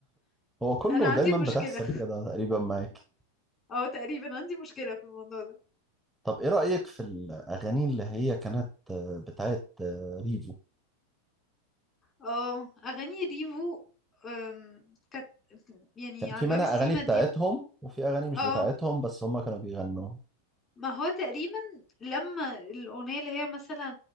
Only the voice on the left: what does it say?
انا عندي
مشكله
او تقريبا عندي مشكله في الموضوع ده
اه اغاني ريفو أم، كانت يعني
على
باب السيما
دي
اه
ما هو تقريبا لما الاغنيه اللي هي مثلا